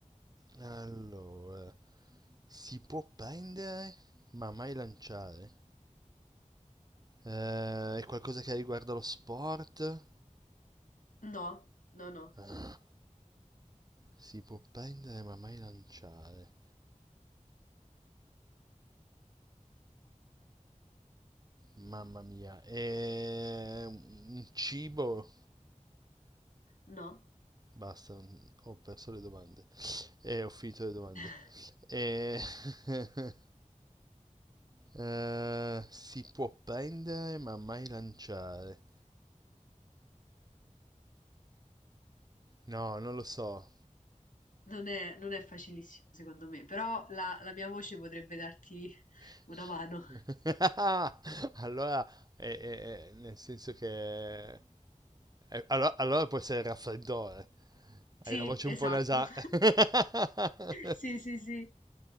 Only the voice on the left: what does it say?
No, no, no,
no.
<laughs>
Non è, non è facilissimo secondo me, però la, la mia voce potrebbe darti <laughs>
una mano.
Sì,
esatto.
<laughs>
Sì, sì, sì.